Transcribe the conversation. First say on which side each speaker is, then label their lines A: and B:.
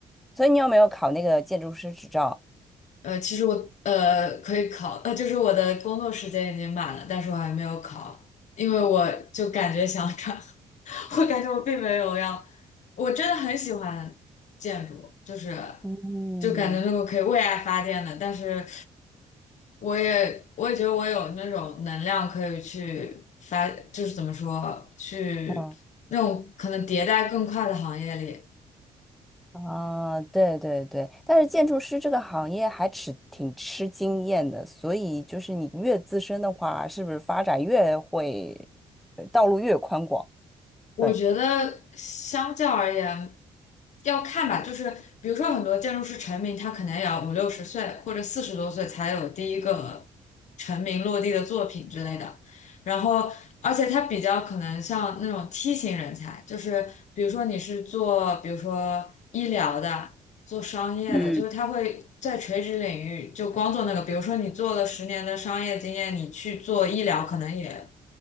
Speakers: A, in the centre; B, on the left.
A: 所以你有没有考那个建筑师执照？
B: 呃，其实我呃可以考，呃，就是我的工作时间已经满了，但是我还没有考，因为我就感觉想转，<laughs> 我感觉我并没有要，我真的很喜欢建筑，就是
A: 嗯
B: 就感觉那个可以为爱发电的，但是我也我也觉得我有那种能量可以去发，就是怎么说去那种可能迭代更快的行业里。
A: 啊啊，对对对，但是建筑师这个行业还吃挺吃经验的，所以就是你越资深的话，是不是发展越会，呃道路越宽广？
B: 我觉得相较而言，
A: 对。
B: 要看吧，就是比如说很多建筑师成名，他可能也要五六十岁或者四十多岁才有第一个成名落地的作品之类的。然后，而且他比较可能像那种梯形人才，就是比如说你是做，比如说医疗的。做商业的，
A: 嗯
B: 就是他会在垂直领域就光做那个，比如说你做了十年的商业经验，你去做医疗可能也，